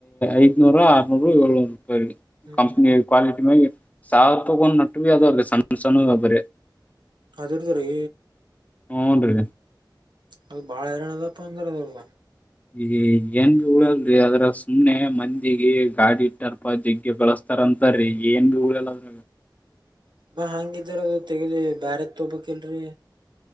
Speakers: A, on the left; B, on the right.
A: ಐದನೂರು ಆರನೂರ್ ಏಳ್ನೂರು ರೂಪಾಯಿ
B: ಹ್ಮ್
A: ಕಂಪ್ನಿ ಕ್ವಾಲಿಟಿ ಮ್ಯಾಗ್ ಇರತ್ತ ಸಾವಿರ ರೂಪಾಯಿ ಕೊಂದ ನಟ್ಟರಿ ಅದಾವ್ ಸಣ್ಣ ಸಣ್ಣದವ ಬರೇ
B: ಅದುಡ್ತಾರೆ
A: ಹೂನ್ ರೀ
B: ಅದು ಬಾಳ ಹೈರಾಣ ಅದಪ್ಪ ಅಂದ್ರ ಅದ
A: ಈ ಯಂಗ್ ಉಳ ಅದ್ರ ಸುಮ್ನೆ ಮಂದಿಗೆ ಗಾಡಿ ಇಟ್ಟಾರಪ ಜಗ್ಗೆ ಗಳಸ್ತಾರ ಅಂತ ರೀ ಏನ್ ಬಿಳಲ್ಲದ್ರಾಗ
B: ಮ ಹಂಗಿದ್ದೀರ ಅದು ತೆಗದಿ ಬ್ಯಾರದ ತೊಬಕ್ಲ್ರರಿ